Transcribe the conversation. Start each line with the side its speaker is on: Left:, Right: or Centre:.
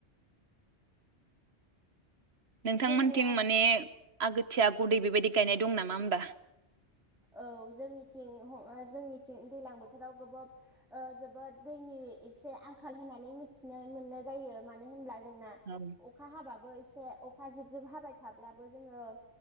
Right: नोंथांमोनथिं
Centre: जोंनिया
Right: माने आगोथिया गुदै बेबायदि गायनाय दं नामा ओमबा?
Centre: औ जोंनिथिं जोंनिथिं दैलां बोथोराव गोबाब जोबोद दैनि एसे आंखाल होननानै मिथिनो मोननाय जायो मानो होनब्ला जोंना
Right: औ
Centre: अखा हाबाबो इसे अखा जोब जोब हाबाय थाब्लाबो जोङो